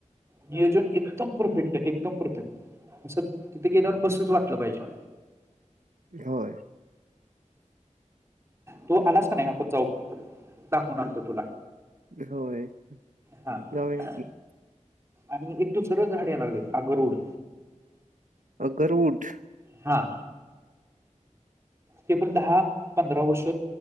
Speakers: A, on the right (about 20°); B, on the right (about 80°).
A: नियोजन एकदम परफेक्ट हाय, एकदम परफेक्ट. असं तिथ गेल्यावर बसूच वाटलं पाहिजे.
B: होय.
A: तू आलास काय नाही आपण जाऊ. दाखवून आणतो तुला,
B: होय.
A: हा
B: जाऊया
A: हा.
B: की.
A: आणि एक दुसरं झाड यायं लागलय आगरूड.
B: अगरूड.
A: हा. ते पण दहा, पंधरा वर्ष